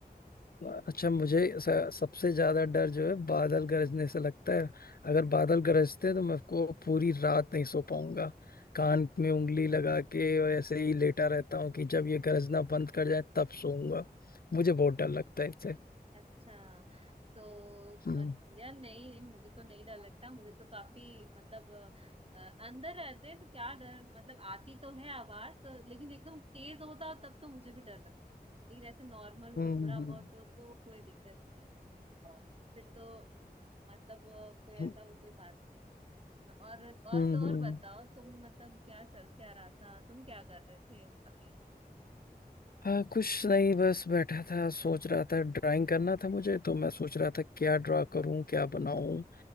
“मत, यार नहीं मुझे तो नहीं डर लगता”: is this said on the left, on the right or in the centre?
Right